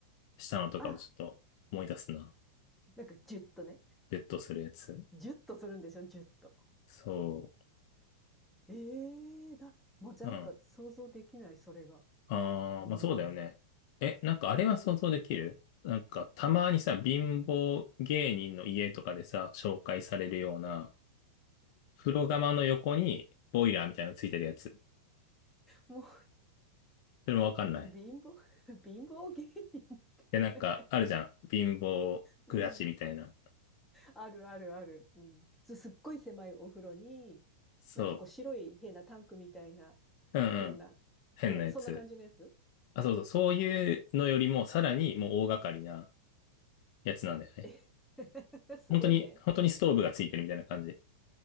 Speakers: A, on the left (about 55°); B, in the centre.
A: したのとかをちょっと思い出すな。
B: あ、なんかジュッとね。
A: ベッドするやつ。
B: ジュッとするんでしょ、ジュッと。
A: そ
B: ええだ、もうなんか想像できない、
A: う。うん。
B: それが。
A: ああ、
B: うん。
A: まあそうだよね。え、なんかあれは想像できるなんかたまにさ、貧乏芸人の家とかでさ、紹介されるような、風呂釜の横にボイラーみたいなのついてるやつ。
B: もう、
A: それもわかんない。い
B: 貧乏、<laughs> 貧乏芸人って、
A: や、なんか、あるじゃん。貧乏暮らしみたいな。
B: うん。あるあるある。うん。すすっごい狭いお風呂に、
A: そ
B: なんかこう白い変なタンクみたいな、
A: う。うんうん。
B: 変な、
A: 変なやつ。
B: うん、そんな感じのやつ。
A: あ、そうそう。そういうのよりも、さらにもう大掛かりなやつなんだよね。
B: え <laughs> すごいね。
A: 本当に、本当にストーブがついてるみたいな感じ。